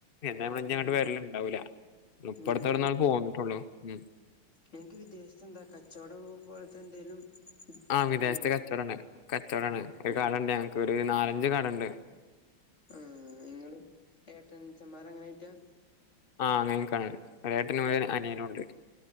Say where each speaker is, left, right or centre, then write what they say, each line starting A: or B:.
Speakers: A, on the left; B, on the left.
A: എന്തമ്മള് അങ്ങോട്ട്
B: ആഹ്
A: വരല്ലണ്ടാവൂല ഇപ്പടത്തെവിടെന്നാള്
B: നിങ്ങക്ക്
A: പോന്നിട്ടുള്ളൂ ഉം
B: നിക്ക് വിദേശത്ത് എന്താ കച്ചവടം പോലത്തെ എന്തേലും
A: ആഹ് വിദേശത്ത്
B: പണിയാണോ
A: കച്ചവടാണ് കച്ചവടാണ് ഒരു കടയുണ്ട് ഞങ്ങക്ക് ഒരു നാലഞ്ച് കടയുണ്ട്
B: ഉം നിങ്ങള് ഏട്ടൻ സ്ന്മാർ അങ്ങനൊയിട്ടാ
A: ആഹ് അങ്ങനക്കാണ് ഒരു ഏട്ടനും ഒരു അനിയനുണ്ട്